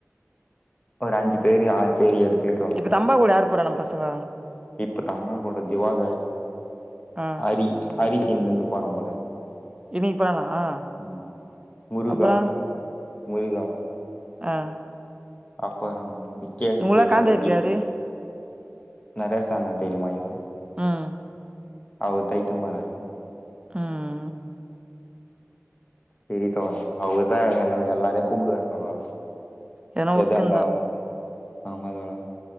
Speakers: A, on the left; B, on the right.
A: ஒரு அஞ்சி பேரு ஆறு பேரு ஏழு பேர் தோழா
B: இப்ப தம்பா கூட யாரு போறா நம்ம பசங்க
A: இப்ப தம்மா கூட திவாகர்
B: ஆ
A: ஹரிஸ் ஹரிஸ் இன்னைலேருந்து போறா போல
B: இன்னைக்குப் போறானா
A: ஆமா முருகா
B: அப்பற
A: முருகா
B: ஆ
A: அப்பறம் விக்கேஸ்
B: இவங்கல்லா
A: தெரிமா
B: கான்ட்ராக்ட்
A: ரவி
B: யாரு
A: நரேசண்ண தெரியுமாயா
B: ம்
A: அவர் டைட்டும் வராரு
B: ம்
A: செரி தோழா அவர்தா எங்கள எல்லாரையு கூப்புடுவாரு தோழா
B: எதனா ஒர்க்
A: எதா இருந்தாலு
B: இருந்தா
A: ஆமா தோழா